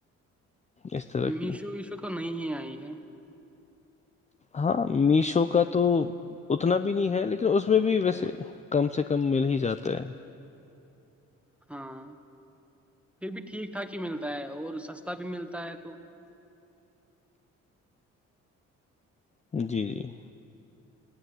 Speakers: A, on the left (about 25°); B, in the centre.
A: اس طرح
B: مشو
A: کی
B: وش تو نہیں ہی آئی ہے
A: ہاں میشو کا تو اتنا بھی نہیں ہے لیکن اس میں بھی ویسے کم سے کم مل ہی جاتا ہے
B: ہاں پھر بھی ٹھیک ٹھاک ہی ملتا ہے اور سستا بھی ملتا ہے تو
A: جی جی